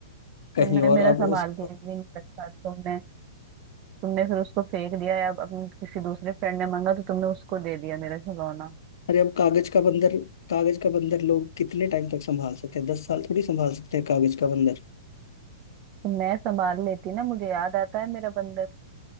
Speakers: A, on the left; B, on the right.
A: कहीं
B: तुमने
A: और
B: मेरा
A: अब
B: संभाल
A: उस
B: के भी नहीं रखा तुमने तुमने फिर उसको फेंक दिया या अपने किसी दूसरे फ्रेंड ने मांगा तो तुमने उसको दे दिया मेरा खिलौना
A: अरे अब कागज का बंदर कागज का बंदर लोग कितने टाइम तक संभाल सकते हैं दस साल थोड़ी संभाल सकते हैं कागज का बंदर
B: तो मैं संभाल लेती ना मुझे याद आता है मेरा बंदर